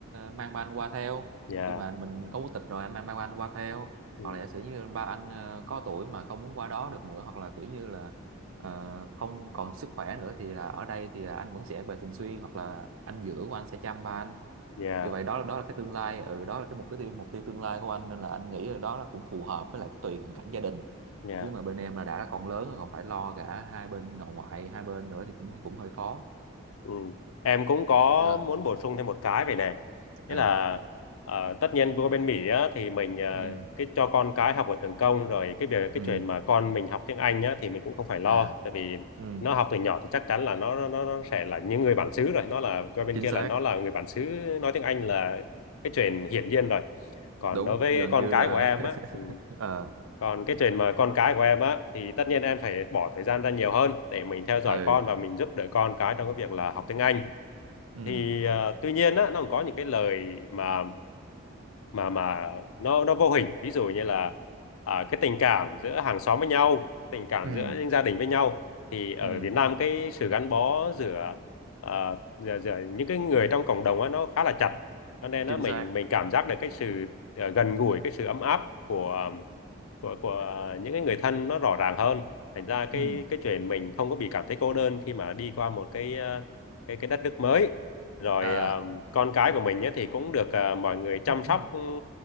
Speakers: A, on the right; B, on the left.
A: mang ba anh qua theo
B: dạ
A: khi mà mình có quốc tịch rồi anh mang ba anh qua theo
B: ừ
A: hoặc là giả sử như ba anh ờ, có tuổi mà không muốn qua đó được nữa hoặc là kiểu như là ờ, không còn sức khỏe nữa thì là ở đây thì là anh vẫn sẽ về thường xuyên hoặc là anh giữa của anh sẽ chăm ba anh
B: dạ
A: như vậy đó đó là cái tương lai ừ, đó là cái mục tiêu mục tiêu tương lai của anh nên là anh nghĩ là đó là cũng phù hợp với lại tùy hoàn cảnh gia đình
B: dạ
A: chứ mà bên em là đã là con lớn rồi còn phải lo cả hai bên nội ngoại hai bên nữa thì cũng cũng hơi khó
B: Ừ. Em cũng có
A: Ờ.
B: muốn bổ sung thêm một cái về này. Nghĩa
A: à
B: là ờ, tất nhiên qua bên Mỹ á, thì mình ờ,
A: ừ
B: cái cho con cái học ở trường công rồi cái việc cái
A: ừ
B: chuyện mà con mình học tiếng Anh á, thì mình cũng không phải lo
A: à
B: tại vì
A: ừ
B: nó học từ nhỏ thì chắc chắn là nó nó, nó sẽ là những người bản xứ rồi nó là qua bên
A: chính
B: kia
A: xác
B: là nó là người bản xứ nói tiếng Anh là cái chuyện hiển nhiên rồi còn
A: đúng
B: đối với
A: gần
B: con
A: như
B: cái
A: là
B: của em á ừ,
A: <laughs> ờ
B: còn cái chuyện mà con cái của em á thì tất nhiên em phải bỏ thời gian ra nhiều hơn để mình theo
A: ừ
B: dõi con và mình giúp đỡ con cái trong cái việc là học tiếng Anh
A: ừ
B: thì à, tuy nhiên á nó còn có những cái lời mà mà mà nó nó vô hình ví dụ như là à, cái tình cảm giữa hàng xóm với nhau tình cảm
A: ừ
B: giữa những gia đình với nhau thì ở
A: ừ
B: Việt Nam cái sự gắn bó giữa à, giữa, giữa những cái người trong cộng đồng á, nó khá là chặt cho nên
A: chính
B: nó mình
A: xác
B: mình cảm giác được cái sự à, gần gũi cái sự ấm áp của um, của của những cái người thân nó rõ ràng hơn thành ra cái
A: ừ
B: cái chuyện mình không có bị cảm thấy cô đơn khi mà đi qua một cái à, cái cái đất nước mới rồi
A: à
B: à, con cái của mình ấy, thì cũng được à, mọi người chăm
A: <clears throat>
B: sóc ừ,